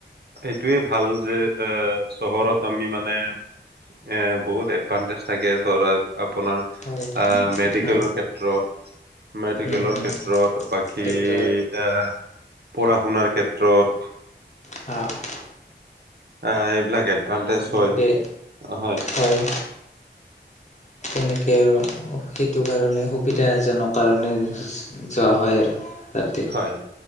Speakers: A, on the right; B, on the left.
A: এইটোৱে ভাল যে এ চহৰত আমি মানে এ বহুত এডভানটেজ থাকে ধৰা আপোনাৰ
B: হয়
A: আ মেডিকেলৰ
B: হা
A: ক্ষেত্ৰত মেডিকেলৰ
B: উম হম
A: ক্ষেত্ৰত। বাকী
B: সেইটোত
A: এতিয়া পঢ়া শুনাৰ ক্ষেত্ৰত।
B: আ'।
A: এ এইবিলাক এডভানটেজ
B: তেনেকে
A: হয়, হয়।
B: হয়। এনেকে সেইটো কাৰণে সুবিধাজনক কাৰণে যোৱা হয় আৰু তাত।
A: হয়